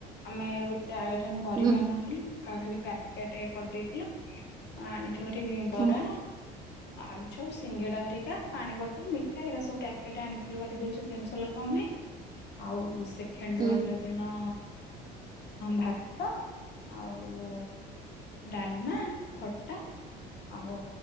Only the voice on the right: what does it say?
ହୁଁ
ହୁଁ
ହୁଁ